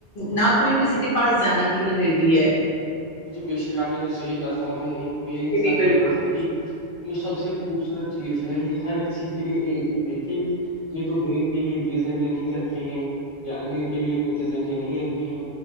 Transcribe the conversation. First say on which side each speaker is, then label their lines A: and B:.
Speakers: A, on the left; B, on the left.
A: نہ کوئی کسی کے پاس جانے کے لیے ریڈی ہے
B: جی بےشک آپ نے تو صحیح بات فراہم میرے حساب
A: بھی
B: سے
A: بالکل
B: تو وقت کی جو سب سے خوبصورت چیز ہے یہ ہر کسی کے لیے ایک ہے دیکھیے یہ تو غریب کے لیے بیس گھنٹے نہیں رکھ ہیں یا امیر کے لیے پچیس گھنٹے نہیں رکھے ہیں